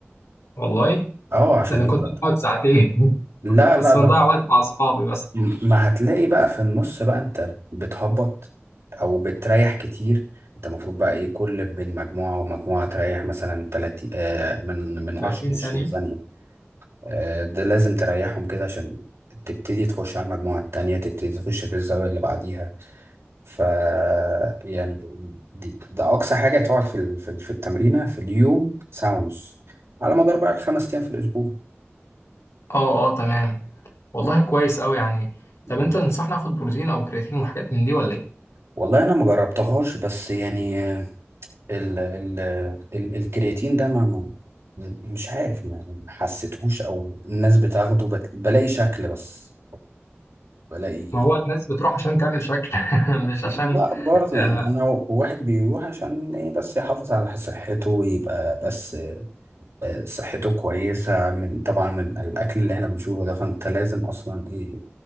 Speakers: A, on the left (about 85°); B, on the right (about 70°).
A: والله
B: اه عشان
A: ده انا
B: انت
A: كنت بقعد ساعتين <laughs>
B: لا
A: بس
B: لا ده
A: بنضيع
B: خ-
A: وقت مع اصحابي بس
B: م- ما هتلاقي بقى في النص بقى انت بتهبط او بتريح كتير انت المفروض بقى ايه كل بين مجموعة ومجموعة تريح مثلا 30 آه من من
A: 30
B: 10 ل 20 ثانية
A: ثانيه
B: آه ده لازم تريحهم كده عشان تبتدي تخش على المجموعة التانية تبتدي تخش في الزاوية اللي بعديها ف يعني دي ده اقصى حاجه تقعد في ال- في ال- في التمرينه في اليوم ساعه ونص على مدار بقى الخمس ايام في الاسبوع
A: اه اه تمام والله
B: ف-
A: كويس قوي يعني
B: مم.
A: طب انت تنصحني اخد بروتين او كرياتين وحاجات من دي ولا ايه
B: والله انا ما جربتهاش بس يعني ال ال ال الكرياتين ده ما ما- مش عارف ما حسيتهوش او الناس بتاخده بت- بلاقي شكل بس بلاقي
A: ما هو الناس بتروح عشان تعمل شكل <laughs> مش
B: لا
A: عشان
B: برضه
A: آه
B: يعني انا واحد بيروح عشان ايه بس يحافظ على صحته ويبقى بس آه، صحته كويسة من طبعا من الأكل اللي احنا بنشوفه ده فأنت لازم أصلا إيه